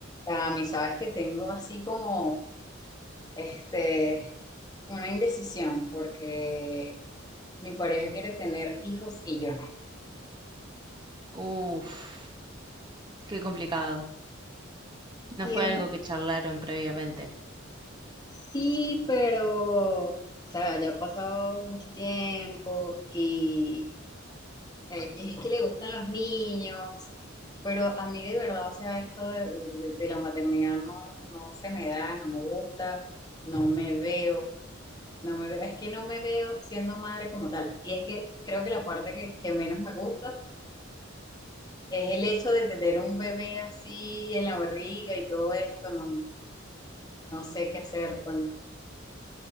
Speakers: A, on the left; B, on the right.
A: A mí, sabes que tengo así como este, una indecisión porque mi pareja quiere tener hijos y yo no.
B: Uf, qué complicado. No
A: Y
B: fue
A: es,
B: algo que charlaron previamente.
A: sí, pero, o sea, ya ha pasado mucho tiempo y Eh, es que le gustan los niños, pero a mí de verdad, o sea, esto de, de- de la maternidad no, no se me da, no me gusta, no me veo. No me veo, es que no me veo siendo madre como tal. Y es que creo que la parte que, que menos me gusta es el hecho de tener un bebé así en la barriga y todo esto. No, no sé qué hacer con...